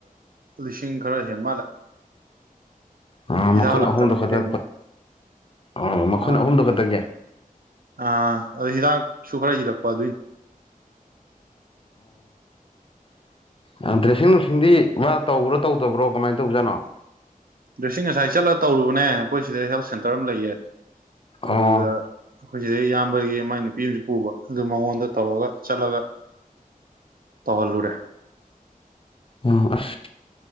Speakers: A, on the right; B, on the left.
A: ꯂꯤꯁꯤꯡ ꯈꯔ ꯍꯦꯟ ꯃꯥꯜꯂꯦ
B: ꯎꯝ
A: ꯍꯤꯗꯥꯛ
B: ꯃꯈꯨꯟ
A: ꯂꯥꯡꯊꯛꯅꯦ
B: ꯑꯍꯨꯝꯗꯣ ꯈꯛꯇ
A: ꯀꯩꯅꯦ
B: ꯎꯝ ꯃꯈꯨꯟ
A: ꯑꯥ
B: ꯑꯍꯨꯝꯗꯣ ꯈꯛꯇꯒꯦ
A: ꯑꯥ ꯑꯗꯣ ꯍꯤꯗꯥꯛꯁꯨ ꯈꯔ ꯏꯔꯛꯄ ꯑꯗꯨꯏꯅꯤ <inaudible>
B: ꯌꯥꯝ ꯗ꯭ꯔꯦꯁꯤꯡ ꯅꯨꯡꯁꯤꯡꯗꯤ ꯃꯥ ꯇꯧꯕ꯭ꯔꯣ ꯇꯧꯗꯕ꯭ꯔꯣ ꯀꯃꯥꯏꯟ ꯇꯧꯖꯥꯠꯅꯣ
A: ꯗꯦꯁꯤꯡ ꯉꯁꯥꯏ ꯆꯠꯂ ꯇꯧꯔꯨꯕꯅꯦ ꯑꯈꯣꯏ ꯁꯤꯗ ꯍꯦꯜꯠ ꯁꯦꯟꯇꯔ ꯑꯃ ꯂꯩꯌꯦ ꯑꯗꯨꯗ
B: ꯑꯣ
A: ꯈꯣꯏ ꯖꯤꯗꯩ ꯏꯌꯥꯝꯕꯒꯤ ꯃꯥꯏ ꯅꯨꯄꯤ ꯑꯝꯁꯨ ꯄꯨꯕ ꯑꯗꯨ ꯃꯉꯣꯟꯗ ꯇꯧꯔꯒ ꯆꯠꯂꯒ ꯇꯧꯍꯜꯂꯨꯨꯔꯦ
B: ꯎꯝ ꯑꯁ